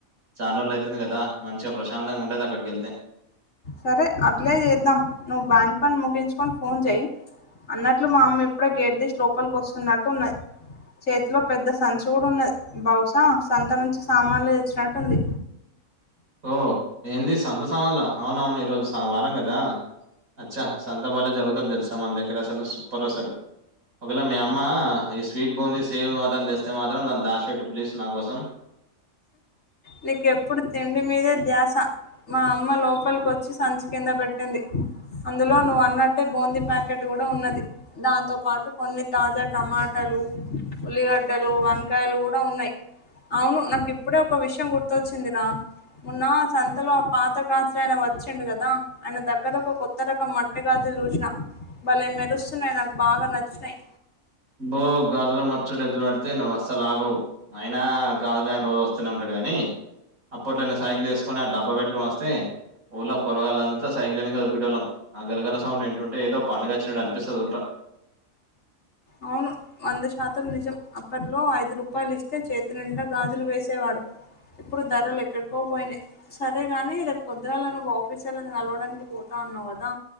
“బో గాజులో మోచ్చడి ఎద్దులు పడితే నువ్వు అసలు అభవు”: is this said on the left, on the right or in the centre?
Right